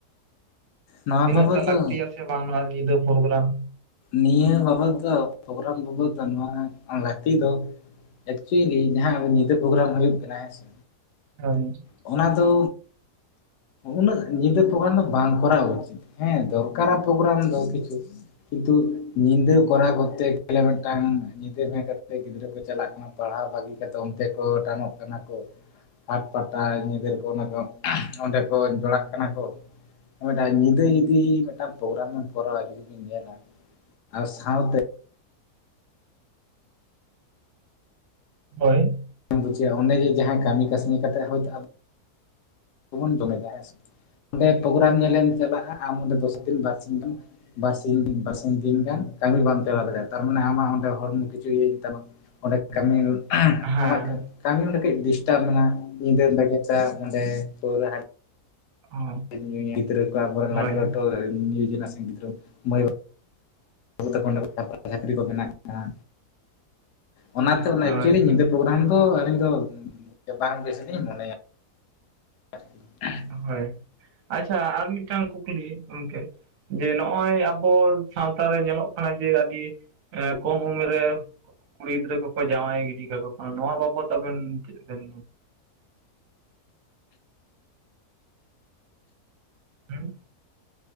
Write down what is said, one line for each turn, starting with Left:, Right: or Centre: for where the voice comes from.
Left: ᱱᱚᱣᱟ
Right: ᱛᱤᱱᱟᱹᱜ
Left: ᱵᱟᱵᱚᱫ
Right: ᱴᱟ
Left: ᱫᱚ
Right: ᱞᱟᱹᱠᱛᱤᱭᱟ ᱥᱮ ᱵᱟᱝ ᱧᱤᱫᱟᱹ ᱯᱨᱳᱜᱨᱟᱢ
Left: ᱱᱤᱭᱟᱹ ᱵᱟᱵᱚᱫ ᱫᱚ ᱯᱨᱜᱨᱟᱢ ᱵᱟᱵᱚᱫ ᱫᱚ ᱱᱚᱣᱟ ᱞᱟᱹᱠᱛᱤ ᱫᱚ ᱮᱠᱪᱩᱭᱮᱞᱤ ᱡᱟᱦᱟᱸ ᱟᱵᱚ ᱧᱤᱫᱟᱹ ᱯᱨᱳᱜᱨᱟᱢ ᱦᱩᱭᱩᱜ ᱠᱟᱱᱟ ᱦᱮᱸ ᱥᱮ
Right: <unintelligible>
Left: ᱚᱱᱟ ᱫᱚ ᱩᱱᱟᱹᱜ ᱧᱤᱫᱟᱹ ᱯᱨᱳᱜᱨᱟᱢ ᱫᱚ ᱵᱟᱝ ᱠᱚᱨᱟᱣ ᱩᱪᱤᱛ ᱦᱮᱸ ᱫᱚᱨᱠᱟᱨᱟ ᱯᱨᱳᱜᱨᱟᱢ ᱫᱚ ᱠᱤᱪᱷᱩ ᱠᱤᱱᱛᱩ ᱧᱤᱫᱟᱹ ᱠᱚᱨᱟᱣ ᱠᱚᱨᱛᱮ ᱜᱮᱞᱮ ᱢᱤᱫᱴᱟᱝ ᱧᱤᱫᱟᱹ ᱵᱮᱜᱮᱫ ᱠᱟᱛᱮ ᱜᱤᱫᱽᱨᱟᱹ ᱠᱚ ᱪᱟᱞᱟᱜ ᱠᱟᱱᱟ ᱯᱟᱲᱦᱟᱣ ᱵᱟᱹᱜᱤ ᱠᱟᱛᱮ ᱚᱱᱛᱮ ᱠᱚ ᱴᱟᱱᱚᱜ ᱠᱟᱱᱟ ᱠᱚ ᱦᱟᱴ ᱯᱟᱴᱟ ᱧᱤᱫᱟᱹ ᱚᱱᱟ ᱠᱚ ᱚᱸᱰᱮ ᱠᱚ ᱡᱚᱲᱟᱜ ᱠᱟᱱᱟ ᱠᱚ ᱚᱱᱟ ᱴᱟᱜ ᱧᱤᱫᱟᱹ ᱡᱩᱫᱤ ᱢᱤᱫᱴᱟᱝ ᱯᱨᱳᱜᱨᱟᱢ ᱵᱮᱱ ᱠᱚᱨᱟᱣᱟ ᱡᱩᱫᱤ ᱵᱮᱤᱱ ᱧᱮᱞᱟ ᱟᱨ ᱥᱟᱶᱛᱮ
Right: ᱦᱳᱭ
Left: ᱵᱟᱢ ᱵᱩᱡᱷᱟᱹᱜᱼᱟ ᱚᱱᱮ ᱡᱮ ᱡᱟᱦᱟᱸᱭ ᱠᱟᱹᱢᱤ ᱠᱟᱹᱥᱱᱤ ᱠᱟᱛᱮ ᱦᱚᱭᱛᱚ ᱵᱚᱱ ᱡᱚᱢᱮᱫᱟ ᱦᱮᱸᱥᱮ ᱚᱸᱰᱮ ᱯᱨᱳᱜᱨᱟᱢ ᱧᱮᱞᱮᱢ ᱪᱟᱞᱟᱜᱼᱟ ᱟᱢ ᱚᱰᱮ ᱫᱚᱥ ᱫᱤᱱ ᱵᱟᱨ ᱥᱤᱧ ᱟᱢ ᱵᱟᱨᱥᱤᱧ ᱵᱟᱨᱥᱤᱧ ᱫᱤᱱ ᱜᱟᱱ ᱠᱟᱹᱢᱤ ᱵᱟᱢ ᱪᱟᱞᱟᱣ ᱫᱟᱲᱮᱭᱟᱜᱼᱟ ᱛᱟᱨᱢᱟᱱᱮ ᱟᱢᱟᱜ ᱚᱸᱰᱮ ᱦᱚᱲᱢᱚ ᱠᱤᱪᱷᱩ ᱤᱭᱟᱡ ᱦᱩᱭᱩᱜ ᱛᱟᱢᱟ ᱚᱸᱰᱮ ᱠᱟᱹᱢᱤ <unintelligible>
Right: ᱦᱳᱭ ᱦᱳᱭ
Left: ᱟᱢᱟ ᱠᱟᱹᱢᱤ ᱚᱰᱮ ᱠᱟᱹᱡ ᱰᱤᱥᱴᱟᱵ ᱮᱱᱟ ᱧᱤᱫᱟᱹ ᱵᱮᱜᱮᱫᱟ ᱚᱸᱰᱮ ᱯᱟᱹᱣᱨᱟᱹ ᱦᱟᱰᱤ
Right: ᱦᱳᱭ ᱦᱮᱸ
Left: <unintelligible> ᱜᱤᱫᱽᱨᱟᱹ ᱠᱚ ᱚᱵᱚᱨᱮᱱ
Right: ᱦᱳᱭ
Left: ᱞᱟᱹᱴᱩᱞᱟᱹᱴᱩ <unintelligible> ᱡᱮᱱᱟᱨᱮᱥᱚᱱ ᱜᱤᱫᱽᱨᱟᱹ ᱠᱚ ᱢᱟᱹᱭᱵᱟᱵᱩ <unintelligible> ᱪᱟᱹᱠᱨᱤ ᱠᱚ ᱢᱮᱱᱟᱜ ᱠᱟᱱᱟ ᱚᱱᱟᱛᱮ ᱚᱱᱟ
Right: ᱦᱳᱭ
Left: ᱮᱠᱪᱩᱭᱮᱞᱤ ᱧᱤᱫᱟᱹ
Right: ᱦᱳᱭ
Left: ᱯᱨᱳᱜᱨᱟᱢ ᱫᱚ ᱟᱹᱞᱤᱧ ᱫᱚ ᱵᱟᱝ ᱵᱮᱥᱞᱤᱧ ᱢᱚᱱᱮᱭᱟ <inaudible>
Right: ᱦᱳᱭ ᱟᱪᱪᱷᱟ ᱟᱨ ᱢᱤᱫᱴᱟᱝ ᱠᱩᱠᱞᱤ ᱜᱚᱢᱠᱮ ᱡᱮ ᱱᱚᱜᱼᱚᱭ ᱟᱵᱚ ᱟᱵᱚ ᱥᱟᱶᱛᱟ ᱨᱮ ᱧᱮᱞᱚᱜ ᱠᱟᱱᱟ ᱡᱮ ᱟᱹᱰᱤ ᱠᱚᱢ ᱩᱢᱮᱨ ᱨᱮ ᱠᱩᱲᱤ ᱜᱤᱫᱽᱨᱟᱹ ᱠᱚ ᱚᱠᱚᱭ ᱡᱟᱶᱟᱭ ᱜᱤᱰᱤ ᱠᱟᱠᱚ ᱠᱟᱱᱟ ᱱᱚᱣᱟ ᱵᱟᱵᱚᱛ ᱟᱵᱮᱱ ᱪᱮᱫ ᱵᱮᱱ ᱦᱮᱸ